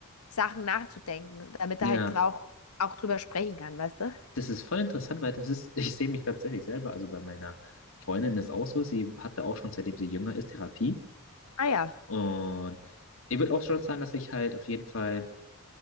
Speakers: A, on the left; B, on the left.
A: Sachen nachzudenken, damit
B: ja.
A: er halt auch, auch drüber sprechen kann, weißt du?
B: Das ist voll interessant, weil das ist, <laughs> ich sehe mich tatsächlich selber, also bei meiner Freundin ist auch so, sie hatte auch schon, seitdem sie jünger ist, Therapie.
A: Ah ja.
B: Und ich würde auch schon sagen, dass ich halt auf jeden Fall.